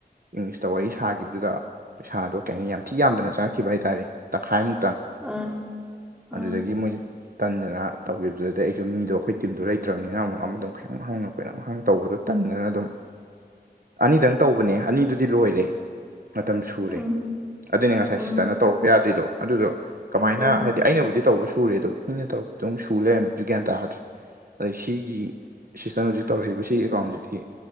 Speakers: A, on the right (about 60°); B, in the centre.
A: ꯏꯪꯂꯤꯁꯇ ꯋꯥꯔꯤ ꯁꯥꯈꯤꯕꯗꯨꯗ ꯄꯩꯁꯥꯗꯣ ꯀꯩ ꯍꯥꯏꯅꯤ ꯌꯥꯝ ꯊꯤ ꯌꯥꯝꯗꯅ ꯆꯪꯉꯛꯈꯤꯕ ꯍꯥꯏꯇꯥꯥꯔꯦ ꯇꯪꯈꯥꯏꯃꯨꯛ
B: ꯑꯥ ꯑꯥ
A: ꯑꯗꯨꯗꯒꯤ ꯃꯣꯏ ꯇꯟꯗꯅ ꯇꯧꯈꯤꯕꯗꯨꯗꯗꯤ ꯑꯩꯁꯨ ꯃꯤꯗꯣ ꯑꯩꯈꯣꯏ ꯇꯤꯝꯗꯣ ꯂꯩꯇ꯭ꯔꯕꯅꯤꯅ ꯑꯃꯨꯛ ꯑꯃꯗꯣꯝ ꯈꯈꯤꯇꯪ ꯍꯪꯉ ꯑꯩꯈꯣꯏꯅꯪꯍꯪ ꯇꯧꯕꯗꯣ ꯇꯟꯗꯅ ꯑꯗꯨꯝ ꯑꯅꯤꯗꯪ ꯇꯧꯕꯅꯦ ꯑꯅꯤꯗꯨꯗꯤ ꯂꯣꯏꯔꯦ ꯃꯇꯝ ꯁꯨꯔꯦ
B: ꯎꯝ
A: ꯑꯗꯨꯅꯦ ꯉꯁꯥꯏ
B: ꯎꯝ
A: ꯁꯤꯁꯇꯔꯅ ꯇꯧꯔꯛꯄ ꯌꯥꯗ꯭ꯔꯤꯗꯣ ꯑꯗꯨꯗꯣ ꯀꯃꯥꯏꯅ
B: ꯎꯝ
A: ꯍꯥꯏꯗꯤ ꯑꯩꯅꯕꯨꯗꯤ ꯇꯧꯕ ꯁꯨꯔꯦ ꯑꯗꯨꯣ ꯏꯪꯅꯧꯛꯄꯗꯤꯨꯛ ꯁꯨ ꯂꯩꯔꯝꯃꯦꯁꯨꯨ ꯒ꯭ꯌꯥꯟ ꯇꯥꯗ꯭ꯔꯦ ꯑꯗꯩ ꯁꯤꯒꯤ ꯁꯤꯁꯇꯔ ꯍꯧꯖꯤꯛ ꯇꯧꯔꯛꯏꯕ ꯁꯤꯒꯤ ꯑꯦꯀꯥꯎꯟꯁꯤꯗꯤ